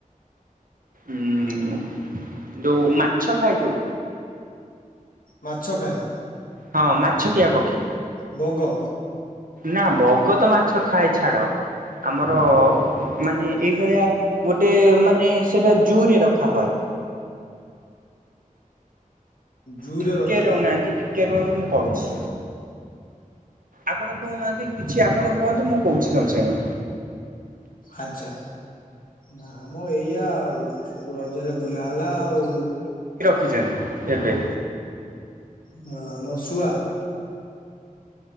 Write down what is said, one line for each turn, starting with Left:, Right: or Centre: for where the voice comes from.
Right: ଉଁ ଯୋଉ ମାଛ ଖାଏ ଯୋଉ।
Left: ମାଛ ଖାଏ।
Right: ହଁ ମାଛ ଖିଆ ପକ୍ଷୀ।
Left: ବଗ।
Right: ନା ବଗ ତ ମାଛ ଖାଏ ଛାଡ। ଆମର ମାନେ ଏଇଭଳିଆ ଗୋଟେ ମାନେ ସେଇଟା ଜୁରେ ରଖା ହଏ।
Left: ଜୁରେ
Right: ଟିକେ
Left: ରଖାଯାଏ।
Right: ରହୁନାହାନ୍ତି ଟିକେ ରୁହନ୍ତୁ ମୁଁ କହୁଛି। ଆପଣ କହୁନାହାନ୍ତି କିଛି ଆପଣ କୁହନ୍ତୁ ମୁଁ କହୁଛି ସାଙ୍ଗସାଙ୍ଗେ।
Left: ଆଚ୍ଛା। ନାମ ଏଇଆ ଆଉ ସବୁ ରଜରେ ବୁଲାହେଲା ଆଉ।
Right: ଯାଆନ୍ତୁ ଏବେ।
Left: ବ ଆମର ଶୁଆ।